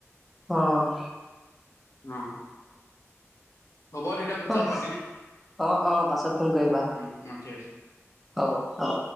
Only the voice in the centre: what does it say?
অ'।
অ
অ অ পাছত ফোন কৰিবা
হ'ব, হ'ব।